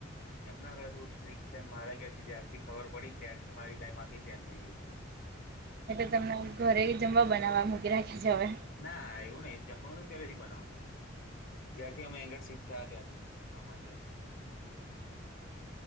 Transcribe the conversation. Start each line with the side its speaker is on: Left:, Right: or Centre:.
Left: એમના ઘરે તો સ્ટ્રિક છેન. મારા ઘરથી જ્યારથી ખબર પડી ત્યારથી મારી લાઈફ આખી ચેન્જ થઈ ગઈ. હ
Right: એટલે તમને ઘરે જમવા બનાવવા મૂકી રાખે છે હવે.
Left: ના એવું નઈ જમવાનું પેલેથી બનાવું. જ્યારથી અમે એંગળ શિફ્ટ થયા ત્યાંથી મામા ન તાથી.